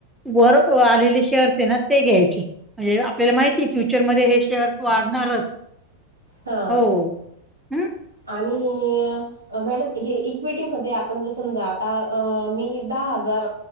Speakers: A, in the centre; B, on the right (about 75°).
A: वर आलेले शेअर्स आहे ना ते घ्यायची, म्हणजे आपल्याला माहिती फ्युचरमध्ये हे शेअर वाढणारच
B: हा
A: हो हम्म
B: आणि. अं मॅडम हे इक्विटीमध्ये आपण जर समजा आता अ मी दहा हजार